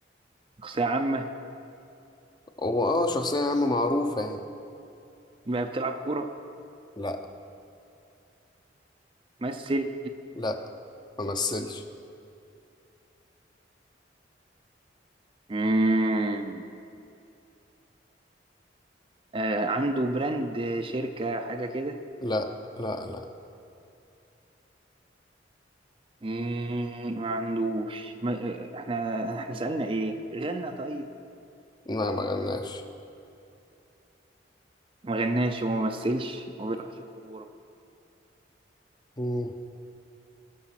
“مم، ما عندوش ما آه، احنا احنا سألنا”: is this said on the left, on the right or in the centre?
Right